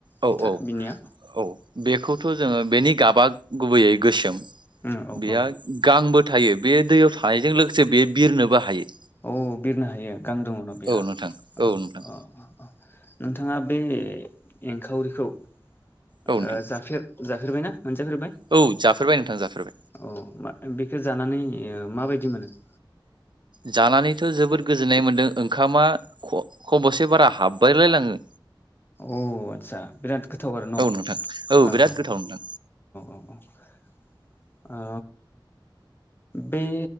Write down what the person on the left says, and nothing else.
बिथा
बिनिया
औ
औ
औ बिरनो हायो गां दङ' न' बेहा
औ
औ नोंथाङा बे एंखावरिखौ ओ
जाफेर जाफेरबायना? मोनजागफेरबाय
अ मा बेखौ जानानै ओ माबायद दि मोनो <unintelligible>
औ आतसा बिराद गोथाव आरो न'
ओ
ओ
औ औ औ ओ बे